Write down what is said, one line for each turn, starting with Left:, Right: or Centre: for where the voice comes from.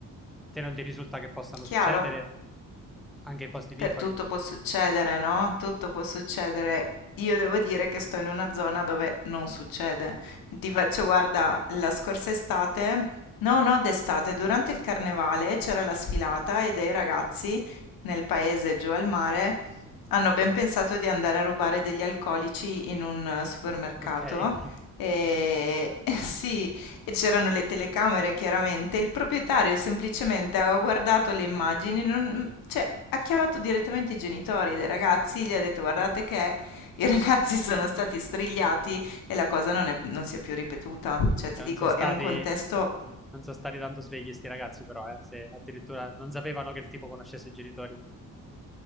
Centre: Te non ti risulta che possano
Left: chiaro?
Centre: succedere anche in posti
Left: Per
Centre: piccoli?
Left: tutto può succedere, no? Tutto può succedere. Io devo dire che sto in una zona dove non succede. Ti faccio, guarda, la scorsa estate, no, no, d'estate, durante il carnevale c'era la sfilata e dei ragazzi nel paese giù al mare hanno ben pensato di andare a rubare degli alcolici in un eh, supermercato.
Centre: Ok, Eh,
Left: E <laughs> sì, e c'erano le telecamere chiaramente, il proprietario semplicemente aveva guardato le immagini, non- cioè ha chiamato direttamente i genitori dei ragazzi, gli ha detto guardate che i ragazzi sono stati strigliati e la cosa non è- non si è più ripetuta. Cioè ti
Centre: non
Left: dico,
Centre: sono stati,
Left: è un contesto
Centre: non sono stati tanto svegli sti ragazzi però, eh, se addirittura non sapevano che il tipo conoscesse i genitori.